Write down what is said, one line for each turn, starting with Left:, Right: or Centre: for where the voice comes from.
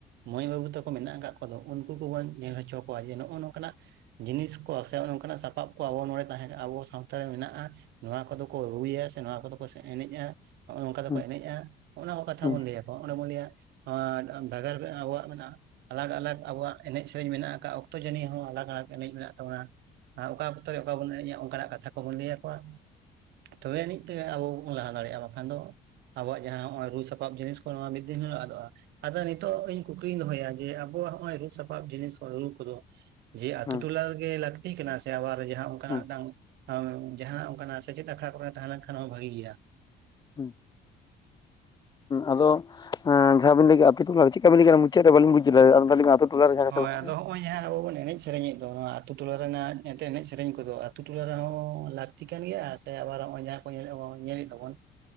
Right: ᱢᱟᱹᱭ ᱵᱟᱹᱵᱩ ᱛᱟᱠᱚ ᱢᱮᱱᱟᱜ ᱟᱠᱟᱫ ᱠᱚᱫᱚ, ᱩᱱᱠᱩ ᱠᱚᱵᱚᱱ ᱧᱮᱞ ᱦᱚᱪᱚ ᱠᱚᱣᱟ ᱡᱮ ᱱᱚᱜᱼᱚ ᱱᱚᱝᱠᱟᱱᱟᱜ ᱡᱤᱱᱤᱥ ᱠᱚ ᱥᱮ ᱱᱚᱜᱼ ᱱᱚᱝᱠᱟᱱᱟᱜ ᱥᱟᱯᱟᱵᱼᱼ ᱟᱵᱚ ᱱᱚᱰᱮ ᱛᱟᱦᱮᱸ ᱠᱟᱱᱟ ᱟᱵᱚ ᱥᱟᱶᱛᱟ ᱨᱮ ᱢᱮᱱᱟᱜᱼᱟ ᱱᱚᱣᱟ ᱠᱚᱫᱚ ᱠᱚ ᱨᱩᱭᱟ ᱥᱮ ᱱᱚᱣᱟ ᱠᱚᱫᱚ ᱠᱚ ᱮᱱᱮᱡᱼᱟ᱾ ᱦᱚᱸᱜᱼᱚ ᱱᱚᱝᱠᱟ ᱫᱚᱠᱚ
Left: ᱦᱩᱸ ᱦᱩᱸ ᱦᱩᱸ
Right: ᱮᱱᱮᱡ ᱟ ᱱᱚᱜᱼᱚ ᱱᱚᱣᱟ ᱠᱚ ᱠᱟᱛᱷᱟ
Left: ᱦᱩᱸ
Right: ᱵᱚᱱ ᱞᱟᱹᱭ ᱟᱠᱚ ᱚᱸᱰᱮ ᱵᱚᱱ ᱞᱟᱹᱭᱟ ᱵᱷᱮᱜᱟᱨᱼᱼ ᱟᱵᱚᱣᱟᱜ ᱢᱮᱱᱟᱜᱼᱟ ᱟᱞᱟᱜᱽ ᱟᱞᱟᱜᱽ ᱟᱵᱚᱣᱟᱜ ᱮᱱᱮᱡ ᱥᱮᱨᱮᱧ ᱢᱮᱱᱟᱜ ᱟᱠᱟᱜᱼᱟ ᱚᱠᱛᱚ ᱡᱟᱹᱱᱤ ᱦᱚᱸ ᱟᱞᱟᱜᱽ ᱟᱞᱟᱜᱽ ᱮᱱᱮᱡ ᱢᱮᱱᱟᱜ ᱟᱠᱟᱫᱟ᱾ ᱛᱟᱵᱚᱱᱟ ᱚᱠᱟ ᱚᱠᱛᱚ ᱨᱮ ᱚᱠᱟ ᱵᱚᱱ ᱮᱱᱮᱡᱟ ᱚᱱᱠᱟᱱᱟᱜ ᱠᱟᱛᱷᱟ ᱠᱚᱵᱚᱱ ᱞᱟᱹᱭ ᱟᱠᱚᱣᱟ᱾ ᱛᱚᱵᱮ ᱟᱹᱱᱤᱡ ᱛᱮᱜᱮ ᱟᱵᱚ ᱵᱚᱱ ᱞᱟᱦᱟ ᱫᱟᱲᱮᱭᱟᱜᱼᱟ ᱵᱟᱠᱷᱟᱱ ᱫᱚᱼᱼ ᱟᱵᱚᱣᱟᱜ ᱡᱟᱦᱟᱸ ᱱᱚᱜᱼᱚᱭ ᱨᱩ ᱥᱟᱯᱟᱵ ᱡᱤᱱᱤᱥ ᱠᱚ ᱱᱚᱣᱟ ᱢᱤᱫ ᱫᱤᱱ ᱦᱤᱞᱚᱜ ᱟᱫᱚᱜᱼᱟ᱾ ᱟᱫᱚ ᱱᱤᱛᱚᱜ ᱤᱧ ᱠᱩᱠᱞᱤᱧ ᱫᱚᱦᱚᱭᱟ ᱡᱮ ᱟᱵᱚᱣᱟᱜ ᱱᱚᱜᱼᱚᱭ ᱨᱩ ᱥᱟᱯᱟᱵ ᱡᱤᱱᱤᱥ ᱨᱩ ᱠᱚᱫᱚ ᱡᱮᱼᱼ
Left: ᱦᱩᱸ
Right: ᱟᱹᱛᱩ ᱴᱚᱞᱟ ᱨᱮᱜᱮ ᱞᱟᱹᱠᱛᱤ ᱠᱟᱱᱟ ᱥᱮ ᱟᱵᱟᱨ ᱡᱟᱦᱟᱸ ᱚᱱᱠᱟᱱᱟᱜ
Left: ᱦᱩᱸ
Right: ᱢᱤᱫ ᱴᱟᱝ? ᱡᱟᱦᱟᱸᱱᱟᱜ ᱚᱱᱠᱟᱱᱟᱜ ᱥᱮᱪᱮᱫ ᱟᱠᱷᱲᱟ ᱠᱚᱨᱮ ᱛᱟᱦᱮᱸ ᱞᱮᱱ ᱠᱷᱟᱱ ᱦᱚᱸ ᱵᱷᱟᱹᱜᱤ ᱜᱮᱭᱟ?
Left: ᱦᱩᱸ ᱟᱫᱚ ᱡᱟᱦᱟᱸ ᱵᱤᱱ ᱞᱟᱹᱭ ᱠᱮᱫᱼᱟ ᱟᱹᱛᱩ ᱴᱚᱞᱟ ᱨᱮ ᱪᱤᱫ ᱞᱤᱠᱟ ᱵᱤᱱ ᱞᱟᱹᱭ ᱠᱮᱫ ᱠᱟᱱᱟ ᱢᱩᱪᱟᱹᱫ ᱨᱮ ᱵᱟᱹᱞᱤᱧ ᱵᱩᱡ ᱫᱟᱲᱮᱭᱟᱫᱟ ᱟᱨ ᱢᱤᱫ ᱫᱷᱟᱣ ᱞᱟᱹᱭ ᱵᱤᱱ?
Right: ᱦᱚᱭ
Left: ᱞᱟᱹᱭ
Right: ᱟᱫᱚ ᱦᱚᱸᱜᱼᱚᱭ ᱦᱟᱸᱜ ᱟᱵᱚ ᱵᱚᱱ ᱮᱱᱮᱡ ᱥᱮᱨᱮᱧ ᱮᱫ ᱫᱚ ᱱᱚᱣᱟ ᱟᱹᱛᱩ ᱴᱚᱞᱟ ᱨᱮᱱᱟᱜ ᱮᱱᱛᱮ ᱮᱱᱮᱡ ᱥᱮᱨᱮᱧ ᱠᱚᱫᱚᱼᱼ ᱟᱹᱛᱩ ᱴᱚᱞᱟ ᱨᱮᱦᱚᱸ ᱞᱟᱹᱠᱛᱤ ᱠᱟᱱ ᱜᱮᱭᱟ ᱥᱮ ᱟᱵᱟᱨ ᱱᱚᱜᱼᱚᱭ ᱡᱟᱦᱟᱸ ᱠᱚᱵᱚᱱ ᱧᱮᱞ ᱮᱫ ᱫᱚᱵᱚᱱᱼᱼ